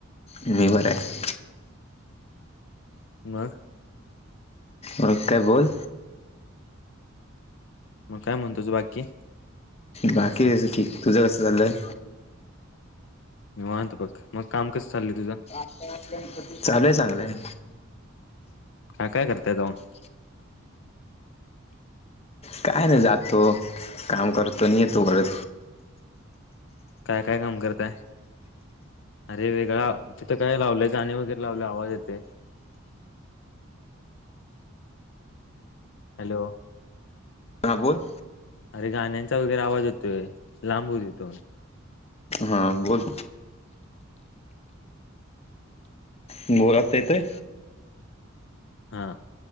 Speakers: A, on the left (about 30°); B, on the left (about 65°).
A: मी बरा आहे.
B: मग?
A: मग काय बोल?
B: मग काय म्हणतोस बाकी?
A: बाकी अस ठीक, तुझ कस चाललंय?
B: निवांत बघ, मग काम कस चाललय तुझ?
A: चालु आहे चांगल.
B: काय, काय करता आहे जाऊन?
A: <unintelligible> काय नाही जातो, काम करतो येतो घळत.
B: काय, काय काम करतायं? अरे वेगळा तिथं काय लावलंय गाणी वगैरे लावलयं आवाज येतय? हॅलो.
A: हां बोल.
B: अरे गाण्यांचा वगैरे आवाज येतोय लांब हॊ तिथूनं.
A: हा बोल. बोल आता येतोय?
B: हा,